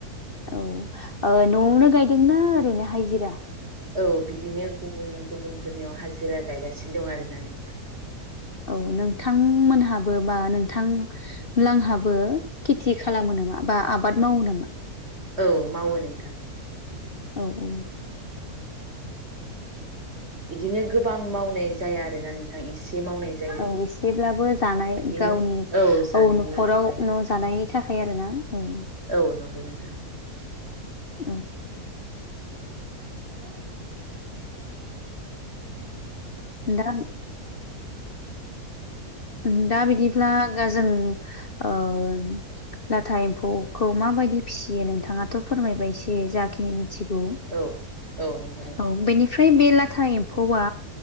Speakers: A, on the left; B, on the right.
A: औ ओ न'आवनो गायदोंना ओरैनो हायजिरा?
B: औ बिदिनो गुबुन गुबुनफोरनियाव हाजिरा गायगासिनो दं आरो ना नोंथां।
A: औ नोंथांमोनहाबो बा नोंथां लांहाबो खेथि खालामो नामा बा आबाद मावो नामा?
B: औ मावो नोंथां।
A: औ औ।
B: बिदिनो गोबां मावनाय जाया आरो ना नोंथां इसे मावनाय जायो
A: औ इसेब्लाबो जानाय
B: बिदिनो
A: गावनि
B: जानायनि
A: औ न'खराव
B: थाखाय
A: न' जानायनि थाखाय आरो ना औ उम।
B: औ नंगौ नोंथां।
A: उम।
B: <inaudible>
A: <unintelligible> उम दा बिदिब्ला गा जों ओ लाथा एम्फौखौ माबायदि फिसियो नोंथाङाथ' फोरमायबाय इसे जाखिनि मिथिगौ।
B: औ औ नंगौ नोंथां
A: औ बेनिफ्राय बे लाटा एम फौआ